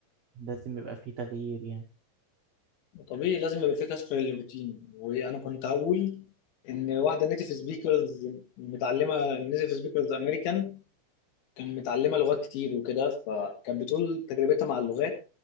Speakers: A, on the right; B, on the left.
A: لازم يبقى فيه تغيير يعني
B: طبيعي لازم يبقى في كسر للروتين وانا كنت هقول ان واحده نيتيف سبيكرز متعلمه نيتيف سبيكرز امريكان كان متعلمه لغات كتير وكده فكانت بتقول تجربتها مع اللغات